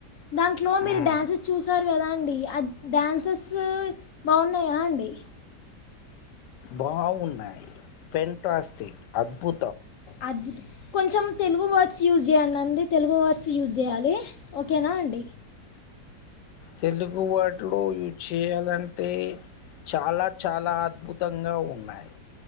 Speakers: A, on the left (about 65°); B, on the left (about 80°).
A: దాంట్లో మీరు
B: మ్
A: డ్యాన్సెస్ చూసారు కదా అండి డ్యాన్సెస్ బాగున్నాయా అండి
B: బాగున్నాయి పెంటాస్టిక్ అద్భు
A: అద్భుత కొంచెం తెలుగు వర్డ్స్ యూజ్ చేయండి అండి, తెలుగు వర్డ్స్ యూజ్ చేయాలి ఓకేనా అండి
B: తెలుగు వాటిలో చేయాలంటే చాలా చాలా అద్భు త్తంగా ఉన్నాయి